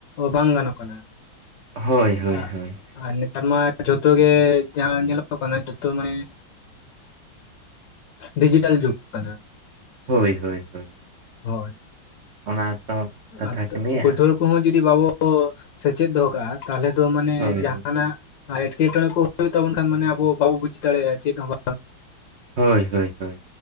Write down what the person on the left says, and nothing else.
ᱵᱟᱝ ᱜᱟᱱᱚᱜ ᱠᱟᱱᱟ᱾
ᱟᱜ
ᱟᱨ ᱱᱮᱛᱟᱨ ᱢᱟ ᱡᱷᱚᱛᱚ ᱜᱮ ᱡᱟᱦᱟᱸ ᱧᱮᱞᱚᱜ ᱠᱟᱱᱟ ᱡᱷᱚᱛᱚ ᱢᱟᱱᱮ ᱰᱤᱡᱤᱴᱟᱞ ᱡᱩᱜᱽ ᱠᱟᱱᱟ᱾
ᱦᱳᱭ
ᱟᱫᱚ
ᱯᱟᱹᱴᱷᱩᱣᱟᱹ ᱠᱚᱦᱚᱸ ᱡᱩᱫᱤ ᱵᱟᱵᱚ ᱥᱮᱪᱮᱫ ᱫᱚᱦᱚ ᱠᱟᱜ-ᱟ ᱛᱟᱦᱚᱞᱮ ᱫᱚ ᱢᱟᱱᱮ
ᱡᱟᱦᱟᱱᱟᱜ ᱟᱨ ᱮᱴᱠᱮᱴᱚᱬᱮ ᱠᱚ ᱦᱩᱭᱩᱜ ᱛᱟᱵᱚᱱ ᱠᱷᱟᱱ ᱟᱵᱚ ᱵᱟᱵᱚ ᱵᱩᱡ ᱫᱟᱲᱮᱭᱟᱜ-ᱟ ᱪᱮᱫ ᱦᱚᱸ <unintelligible>